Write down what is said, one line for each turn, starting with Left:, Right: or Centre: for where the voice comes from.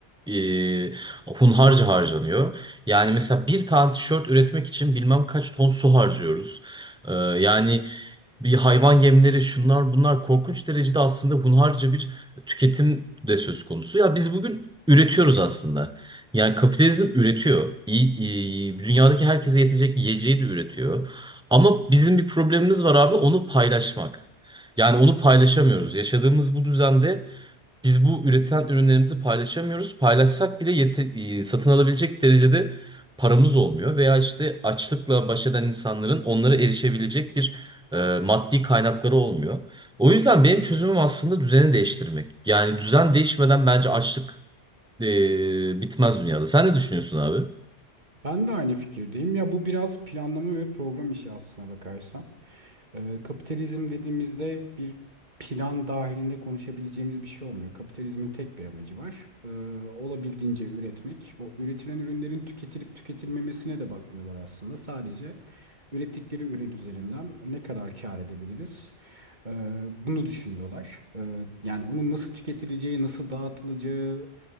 Centre: e, hunharca harcanıyor. Yani mesela bir tane tişört üretmek için bilmem kaç ton su harcıyoruz. E, yani bir hayvan yemleri şunlar bunlar korkunç derecede aslında hunharca bir tüketim de söz konusu. Ya biz bugün üretiyoruz aslında. Yani kapitalizm üretiyor. İyi, iyi- dünyadaki herkese yetecek yiyeceği de üretiyor. Ama bizim bir problemimiz var abi onu paylaşmak. Yani onu paylaşamıyoruz. Yaşadığımız bu düzende biz bu üretilen ürünlerimizi paylaşamıyoruz. Paylaşsak bile yete- e, satın alabilecek derecede paramız olmuyor. Veya işte açlıkla baş eden insanların onlara erişebilecek bir e, maddi kaynakları olmuyor. O yüzden benim çözümüm aslında düzeni değiştirmek. Yani düzen değişmeden bence açlık e, bitmez dünyada. Sen ne düşünüyorsun abi?
Right: Ben de aynı fikirdeyim. Ya bu biraz planlama ve program işi aslına bakarsan. Ee, kapitalizm dediğimizde bir plan dahilinde konuşabileceğimiz bir şey olmuyor. Kapitalizmin tek bir amacı var. Ee, olabildiğince üretmek. O üretilen ürünlerin tüketilip tüketilmemesine de bakmıyorlar aslında. Sadece ürettikleri ürün üzerinden ne kadar kâr edebiliriz? Ee, bunu düşünüyorlar. Ee, yani onun nasıl tüketileceği, nasıl dağıtılacağı,